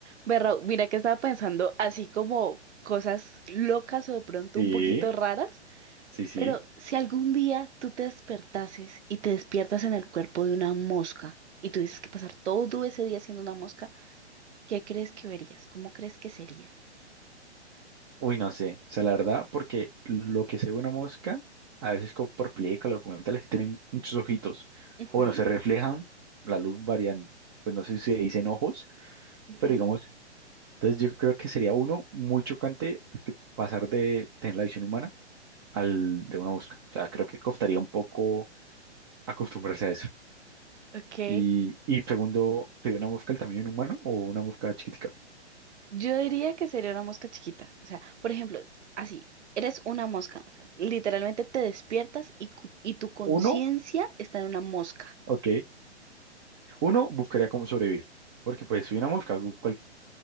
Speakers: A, on the right; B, on the right.
A: Ve, Raúl, mira que estaba pensando así como cosas locas o de pronto
B: Sí,
A: un poquito raras,
B: sí, sí.
A: pero si algún día tú te despertases y te despiertas en el cuerpo de una mosca y tuvieses que pasar todo ese día siendo una mosca, ¿qué crees que verías? ¿Cómo crees que sería?
B: Uy, no sé. O sea, la verdad, porque lo que se ve una mosca, a veces como por películas, o documentales que tienen muchos ojitos,
A: Ujú,
B: o bueno, se reflejan, la luz variando. Pues no sé si se dicen ojos,
A: ujú,
B: pero digamos, entonces yo creo que sería uno muy chocante que pasar de tener la visión humana al de una mosca. O sea, creo que costaría un poco acostumbrarse a eso.
A: Ok.
B: Y, y segundo, ¿sería una mosca del tamaño de un humano o una mosca chiquitica?
A: Yo diría que sería una mosca chiquita. O sea, por ejemplo, así, eres una mosca. O sea, literalmente te despiertas y, cu- y tu conciencia
B: Uno,
A: está en una mosca.
B: ok. Uno, buscaría cómo sobrevivir, porque pues soy una mosca, gu- cual-